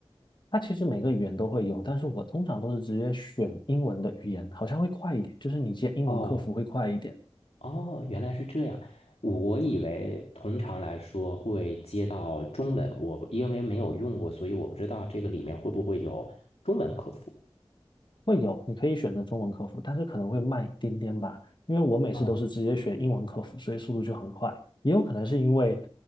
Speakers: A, on the left (about 50°); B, on the left (about 90°).
A: 它其实每个语言都会有，但是我通常都是直接选英文的语言，好像会快一点，就是你接英文客服会快一点。
B: 哦哦，原来是这样。我以为通常来说会接到中文，我因为没有用过，所以我不知道这个里面会不会有中文客服。
A: 会有，你可以选择中文客服，但是可能会慢一点点吧，因为我每次都是直接选英文客服，
B: 啊
A: 所以速度就很快。也有可能是因为